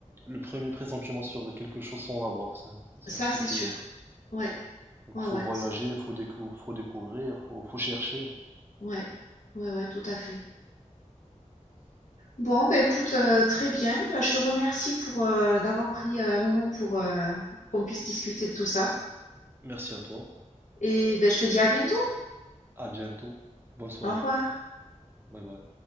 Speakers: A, on the right (about 15°); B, on the left (about 75°).
A: le premier pressentiment sur quelque chose sans l'avoir, c'est un, c'est
B: Ça
A: un truc.
B: c'est sûr.
A: euh,
B: Ouais,
A: donc
B: ouais,
A: faut
B: ouais,
A: voyager,
B: c'est-
A: faut décou- faut découvrir, faut, faut chercher.
B: ouais, ouais, ouais, tout à fait. Bon, bah écoute, heu, très bien. Bah, je te remercie pour, heu, d'avoir pris, heu, un moment pour, heu, pour qu'on puisse discuter de tout ça
A: Merci à toi.
B: et beh, je te dis à bientôt.
A: À bientôt. Bonne soirée.
B: Au revoir.
A: Bye bye.